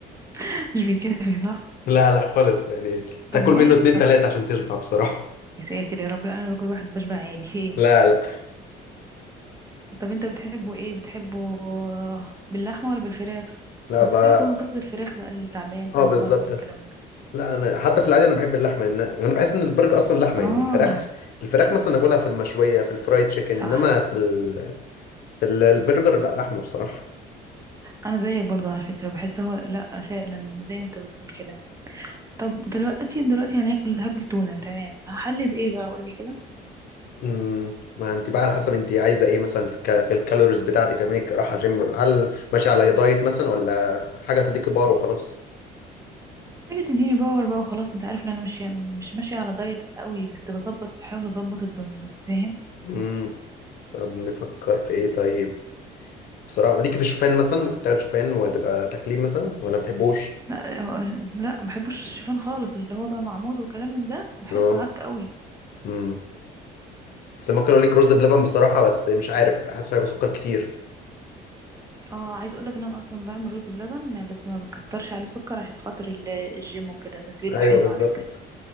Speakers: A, on the right; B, on the left.
A: <laughs> مش بيكفي صح
B: لا لا خالص يعني
A: طب
B: تاكل
A: بقول
B: منه
A: لك
B: اتنين
A: طب
B: تلاتة عشان تشبع بصراحة
A: يا ساتر يا رب لا أنا باكل واحد بشبع عادي <laughs> ايه
B: لا لا
A: طب انت بتحبه ايه بتحبه آه، باللحمة ولا بالفراخ
B: لا
A: وسيبك
B: بقى
A: من قصة الفراخ بقى التعبانة
B: اه بالظبط
A: والمرض والكلام ده
B: لا أنا حتى في العادي أنا بحب اللحمة إن أنا بحس إن البرجر أصلا لحمة
A: اه
B: يعني الفراخ الفراخ مثلا أكلها في المشوية في الفرايد تشيكن
A: صح
B: إنما في ال... في ال- البرجر لا لحمة بصراحة
A: انا زيك برضه على فكرة بحس هو لا فعلا زي ما انت بتقول كده طب دلوقتي دلوقتي هناكل هاكل تونة تمام هحلي بايه بقى قولي كده
B: امم ما انت بقى على حسب انت عايزه ايه مثلا في, الك... في الكالوريز بتاعتك لما انك رايحه جيم هل ماشيه على دايت مثلا ولا حاجه تديكي بار وخلاص
A: حاجة تديني باور بقى وخلاص انت عارف ان انا مش مش ماشية على دايت قوي بس بظبط بحاول اظبط الدنيا بس فاهم
B: امم طب نفكر في ايه طيب بصراحه ليكي في الشوفان مثلا ممكن تاخد شوفان وتبقى تكليم مثلا ولا ما بتحبوش
A: لا هو- لا ما بحبش الشوفان خالص اللي هو بقى مع موز وكلام من ده بحسه
B: اه
A: عك قوي
B: امم بس ممكن اقول لك رز بلبن بصراحه بس مش عارف حاسه هيبقى سكر كتير
A: اه عايزه اقول لك ان انا اصلا بعمل رز بلبن بس ما بكترش عليه سكر عشان خاطر ال- الجيم وكده بس بيبقى
B: ايوه
A: حلو
B: بالظبط
A: على فكره